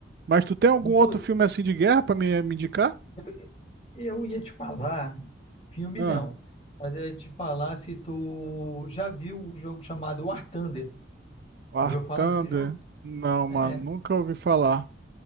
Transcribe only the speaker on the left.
Inclu
eu eu ia te falar, filme
não, mas eu ia te falar se tu já viu o jogo chamado War Thunder.
Já ouviu falar
desse jogo?
É.